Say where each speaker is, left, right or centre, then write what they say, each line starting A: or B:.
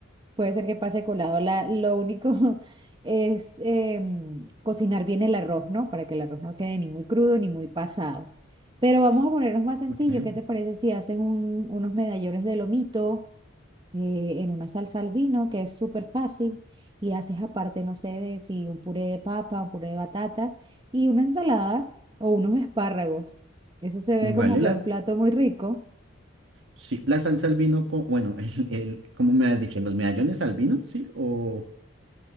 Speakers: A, on the right; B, on the right.
A: puede ser que pase colado. La- lo único <laughs> es em, cocinar bien el arroz, ¿no? Para que el arroz no quede ni muy crudo ni muy pasado. Pero vamos a ponernos más sencillos.
B: Ok.
A: ¿Qué te parece si haces un- unos medallones de lomito? eh, en una salsa al vino que es súper fácil y haces aparte, no sé, de si un puré de papa, un puré de batata y una ensalada o unos espárragos. Eso se
B: Vale,
A: ve como que
B: la,
A: un plato muy rico.
B: Sí, la salsa al vino, co- bueno, el, el, ¿cómo me has dicho? ¿Los medallones al vino? Sí, o...